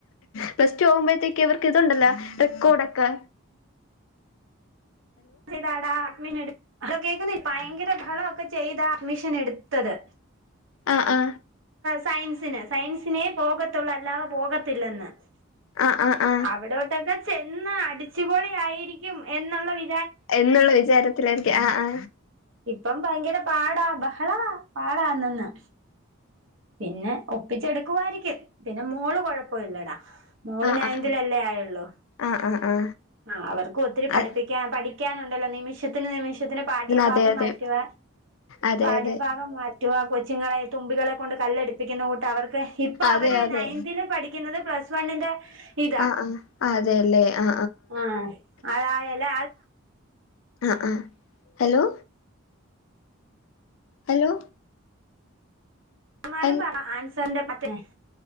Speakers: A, on the left; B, on the right.
A: പ്ലസ് ടു ആകുമ്പോഴത്തേക്ക് ഇവർക്ക് ഇതുണ്ടല്ല റെക്കോഡൊക്കെ
B: അതാടാ അമിന അത് കേൾക്കുന്നില്ലേ ഭയങ്കര ഫളൊ ഒക്കെ ചെയ്താ അഡ്മിഷൻ എടുത്തത്
A: ആ ആ
B: സയൻസിന് സയൻസിനെ പോകത്തുള്ളൂ അല്ലാതെ പോകത്തില്ലെന്ന്
A: ആ ആ ആ
B: അവിടോട്ടൊക്കെ ചെന്ന അടിച്ചുപൊളി ആയിരിക്കും എന്നുള്ള വി
A: എന്നുള്ള വിചാരത്തിലായിരിക്കും ആ ആ
B: ഇപ്പം ഭയങ്കര പാടാ ബഹള പാടാണെന്ന് പിന്നെ ഒപ്പിച്ചെടുക്കുവായിരിക്കും പിന്നെ മോൾ കൊഴപ്പമില്ലടാ മോൾ
A: ആ
B: നയൻതിൽല്ലേ
A: ആ
B: ആയുള്ളൂ
A: ആ ആ ആ
B: ആ അവർക്ക ഒത്തിരി പഠിപ്പിക്ക
A: ആ
B: പഠിക്കാനുണ്ട്. ചില നിമിഷം ത്തിന് നിമിഷത്തിന് പാഠ്യഭാഗം
A: അതെ അതെ
B: മാറ്റുക
A: അതെ
B: പാട്യഭാഗം
A: അതെ
B: റ്റ കൊച്ചുങ്ങളെ തുമ്പികളെ കൊണ്ട് കല്ലെടു പ്പിക്കുന്ന കൂട്ട് അവർക്ക് ഇപ്പൊ അവർ
A: അതെ അതെ
B: നയനന്തിൽ പഠിക്കുന്നത് പ്ലസ് വണ്ണിന്റെ ഇതാ
A: ആ ആ അതെല്ലേ ആ
B: ആ അതായല്ല
A: ആ ആ ഹലോ ഹലോ
B: മാരും
A: ഹൽ
B: പറ സന്റെ മറ്റേ